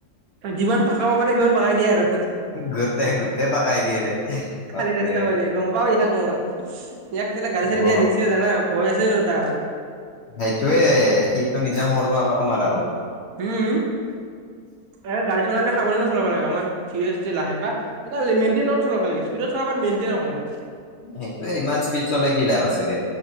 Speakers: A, on the right (about 70°); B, on the left (about 65°).
A: যিমান পকাব পাৰে সিমান পকাই দিয়ে আৰু
B: গোটেই গোটেই পাকাই দিয়ে ৰে বাপৰে
A: খালি ৰাস্তা পালে গম পাও ইয়াক মই, ইয়াত কেলা গড়ি চাৰি
B: অ
A: দিয়া ৰিক্স জানা ভয়ছছে নহা,
B: সেইটোয়ে সিটো নিজা মৰব আমাকো মাৰাব।
A: উম, এ গাড়ী চলালে সাৱধানে চলাব লাগে অকমান ধিৰেস্থীৰে লাহে বা। এটা মেনটেইনত চলাব লাগে, স্পীডত চলাব মেইনটেইন অকমান।
B: সেইটোয়ে ইমান স্পীড চলে কি লাভ আছে, দে